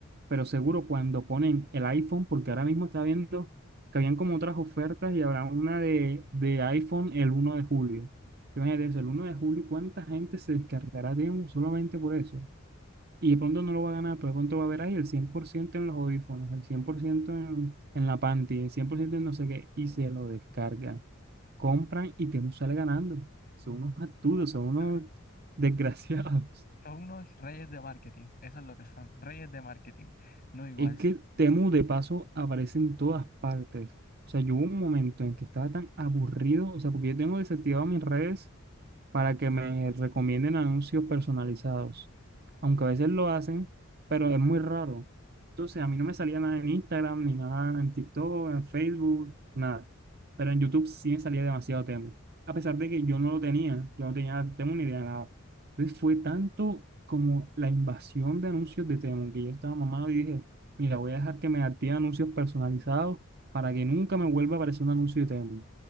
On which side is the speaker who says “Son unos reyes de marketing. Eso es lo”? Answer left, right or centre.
Left